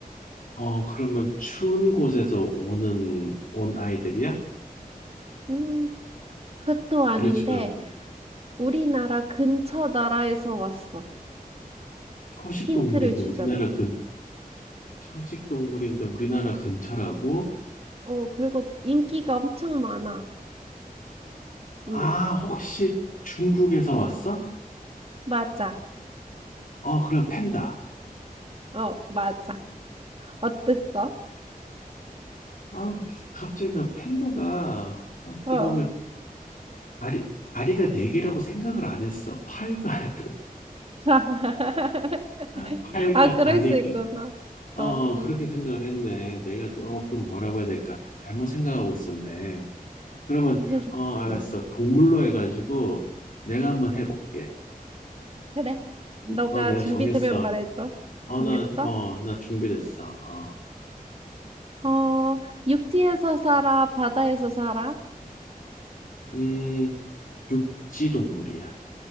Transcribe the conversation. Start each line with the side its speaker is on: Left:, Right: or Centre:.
Left: 어, 그러면 추운 곳에서 오는, 온 아이들이야?
Right: 음, 그것도 아닌데,
Left: 그렇지도 않고,
Right: 우리나라 근처 나라에서 왔어.
Left: 초식
Right: 힌트를
Left: 동물인데
Right: 주자면.
Left: 우리나라 근, 초식 동물인데 우리나라 근처라고?
Right: 어, 그리고 인기가 엄청 많아.
Left: 아,
Right: 응,
Left: 혹시 중국에서 왔어?
Right: 맞아.
Left: 어, 그럼 팬다.
Right: 어, 맞아. 어땠어?
Left: 아, 갑자기 나 팬다가, 어떻게
Right: 어.
Left: 보면, 다리, 다리가 네 개라고 생각을 안 했어. 팔과,
Right: <laughs>
Left: <laughs> 팔과
Right: 아, 그럴
Left: 다리가,
Right: 수 있구나.
Left: 어,
Right: 어,
Left: 그렇게 생각을 했네. 내가 조금 뭐라고 해야 될까? 잘못 생각하고 있었네. 그러면,
Right: 그래서,
Left: 어, 알았어.
Right: 음.
Left: 동물로 해가지고 내가 한번 해볼게.
Right: 그래. 너가
Left: 어, 내가
Right: 준비되면
Left: 정했어.
Right: 말해줘.
Left: 어,
Right: 정했어?
Left: 나, 어, 나 준비됐어. 어,
Right: 어, 육지에서 살아, 바다에서 살아?
Left: 음, 육지 동물이야.